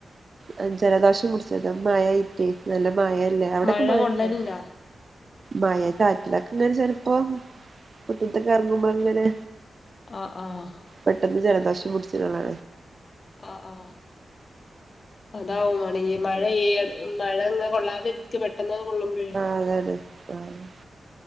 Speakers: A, on the right (about 45°); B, on the left (about 50°).
A: അത് ജലദോഷം പിട്ച്ചതാ മഴായി റ്റെ നല്ല മഴല്ലേ. അവിടക്കെ
B: മഴ
A: മഴല്ലേ?
B: കൊള്ളല്ണ്ടോ
A: മഴ ചാറ്റലൊക്കെ ഇങ്ങനെ ചെൽപ്പോ മിറ്റത്ത്ക്ക് എറങ്ങുമ്പോ ഇങ്ങനെ
B: ആഹ് ആഹ്
A: പെട്ടെന്ന് ജലദോഷം പുടിച്ചണ്
B: ആഹ് ആ അതാവും വാണങ്കി മഴെയ്യ മഴ ഇങ്ങ കൊള്ളാതെ ക്ക് പെട്ടെന്നണ് കൊള്ളുമ്പഴെ
A: അതതെ ആഹ്